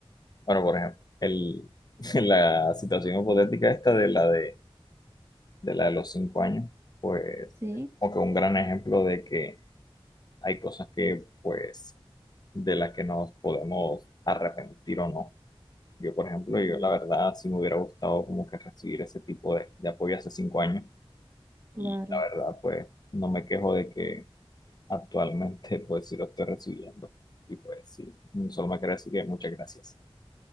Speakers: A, on the left; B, on the right.
A: Bueno, por ejemplo, el, <laughs> la situación hipotética esta de la de, de la de los cinco años, pues,
B: Sí,
A: como que un gran ejemplo de que hay cosas que, pues, de las que nos podemos arrepentir o no. Yo, por ejemplo,
B: ujú,
A: yo la verdad sí me hubiera gustado como que recibir ese tipo de, de apoyo hace cinco años
B: claro.
A: y la verdad, pues, no me quejo de que actualmente, <laughs> pues, sí lo estoy recibiendo. Y pues, sí, solo me queda decir que muchas gracias.